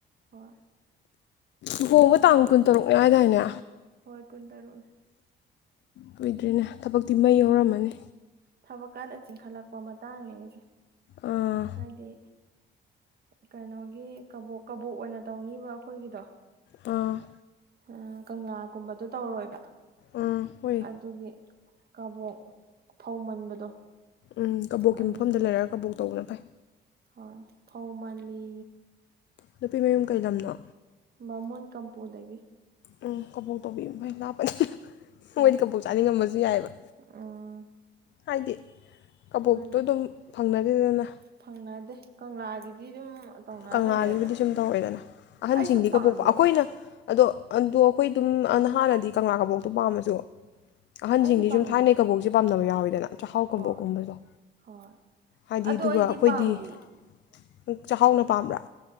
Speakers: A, on the right; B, on the left.
A: ꯍ
B: ꯂꯨꯍꯣꯡꯒ ꯇꯥꯡ ꯀꯨꯟ ꯇꯔꯨꯛꯅꯦꯏꯗꯥꯏꯅꯦ
A: ꯍꯣꯏ ꯀꯨꯟ ꯇꯥꯔꯣꯏ
B: ꯑꯣꯏꯨꯏꯗ꯭ꯔꯤꯅꯦ ꯊꯕꯛꯇꯤ ꯃꯩ ꯌꯥꯧꯔꯝꯃꯅꯤ
A: ꯊꯕꯛꯀꯥꯟꯗ ꯆꯤꯡꯈꯠꯂꯛꯄ ꯃꯇꯥꯡꯅꯦ ꯑꯩꯁꯦ
B: ꯑꯥ
A: ꯍꯥꯏꯗꯤ ꯀꯩꯅꯣꯒꯤ ꯀꯕꯣꯛ ꯀꯕꯣꯛ ꯑꯣꯏꯅ ꯇꯧꯅꯤꯕ ꯑꯩꯈꯣꯏꯒꯤꯗꯣ
B: ꯑ
A: ꯑ ꯀꯪꯂꯥꯒꯨꯝꯕꯗꯣ ꯇꯧꯔꯣꯏꯕ
B: ꯑꯥ ꯍꯣꯏ
A: ꯑꯗꯨꯒꯤ ꯀꯥꯕꯣꯛ ꯐꯧ ꯃꯟꯕꯗꯣ
B: ꯎꯝ ꯀꯕꯣꯛꯀꯤ
A: ꯑꯗꯨꯗꯒꯤ
B: ꯃꯐꯝꯗ ꯂꯩꯔꯒ ꯀꯕꯣꯛ ꯇꯧꯕꯅ ꯐꯩ
A: ꯍꯣꯏ ꯊꯧꯃꯜꯂꯤ
B: ꯅꯨꯄꯤꯃꯌꯨꯝ ꯀꯩ ꯂꯝꯅꯣ
A: ꯕꯥꯃꯣꯟ ꯀꯝꯄꯨꯗꯒꯤ
B: ꯎꯝ ꯀꯕꯣꯛ ꯇꯧꯕꯤ ꯐꯩ ꯂꯥꯞꯄꯩ
A: ꯍꯣꯏ
B: ꯃꯣꯏꯗꯤ ꯀꯝꯄꯣꯛ ꯆꯥꯅꯤꯡꯉꯝꯕꯁꯨ ꯌꯥꯏꯑꯕ
A: ꯎꯝ
B: ꯍꯥꯏꯗꯤ ꯀꯕꯣꯛꯇꯣ
A: ꯃꯥꯅꯦ
B: ꯑꯗꯨꯝ ꯐꯪꯅꯕꯤꯗꯅ
A: ꯐꯪꯅꯗꯦ ꯀꯪꯂꯥꯒꯤꯗꯤ ꯑꯗꯨꯝ ꯇꯧꯅꯔ
B: ꯀꯪꯂꯥꯒꯤꯕꯨꯗꯤ
A: ꯂꯩꯔꯦꯗꯅ
B: ꯁꯨꯝ ꯇꯧꯋꯦꯗꯅ ꯑꯍꯟꯁꯤꯡꯗꯤꯒ
A: ꯑꯩꯁꯨ ꯄꯥꯝꯗꯦꯉꯣ
B: ꯄꯣꯛꯄ ꯑꯩꯈꯣꯏꯅ ꯑꯗꯣ ꯑꯗꯣ ꯑꯩꯈꯣꯏ ꯑꯗꯨꯝ ꯅ ꯍꯥꯟꯅꯗꯤ ꯀꯪꯂꯥ ꯀꯕꯣꯛꯇꯣ ꯄꯥꯝꯃꯁꯨ ꯑꯍꯟꯁꯤꯡꯗꯤ
A: ꯑꯩꯗꯤ ꯄꯥꯝꯗꯦ
B: ꯁꯨꯝ ꯊꯥꯏꯅꯩ ꯀꯕꯣꯛꯁꯦ ꯄꯥꯝꯅꯕ ꯌꯥꯎꯋꯦ ꯆꯥꯛꯍꯥꯎ ꯀꯕꯣꯛꯀꯨꯝꯕꯗꯣ
A: ꯍꯣꯏ ꯍꯣꯏ
B: ꯍꯥꯏꯗꯤ
A: ꯑꯗꯣ
B: ꯑꯗꯨꯒ
A: ꯑꯩꯗꯤ
B: ꯑꯩꯈꯣꯏꯗꯤ
A: ꯄꯥꯝꯗꯦ
B: ꯆ ꯆꯥꯎꯍꯥꯎꯅ ꯄꯥꯝꯕꯔ